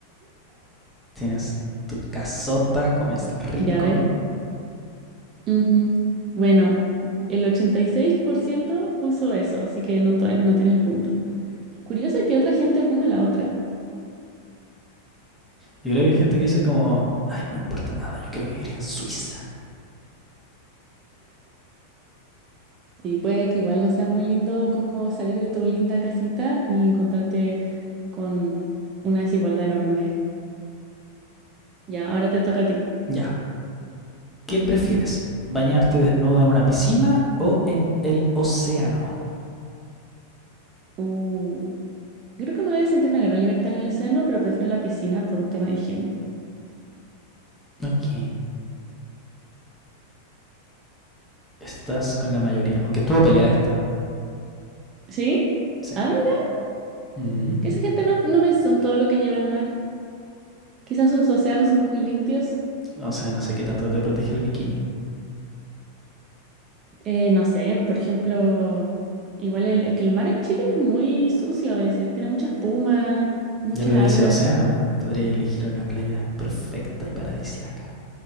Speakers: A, in the centre; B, on the right.
A: Tienes tu casota, comes rico.
B: Ya a ver. Ujú. Bueno, el 86% puso eso, así que no, to- no tienes el punto. Curioso que otra gente ponga la otra.
A: Yo creo que hay gente que dice como, ay, no me importa nada, yo quiero vivir en Suiza.
B: Sí, puede que igual no sea muy lindo como salir de tu linda casita y encontrarte con una desigualdad enorme. Ya, ahora te toca a ti.
A: Ya. ¿Qué prefieres? ¿Bañarte desnudo en una piscina o en el océano?
B: Uh, yo creo que uno debe sentir una gran libertad en el océano, pero prefiero la piscina por un tema de higiene.
A: Ok. Estás con la mayoría, aunque estuvo peleada esta.
B: ¿Sí?
A: Sí.
B: Ah, mira,
A: Ujú.
B: que esa gente no, no pensó en todo lo que lleva el mar. Quizás sus océanos son muy limpios.
A: O sea, no sé qué tanto te protege el bikini.
B: Eh, no sé, por ejemplo, igual el- es que el mar en Chile es muy sucio a veces, tiene mucha espuma, muchas
A: Ya, pero
B: algas.
A: dice océano, po. podría elegir una playa perfecta y paradisiaca.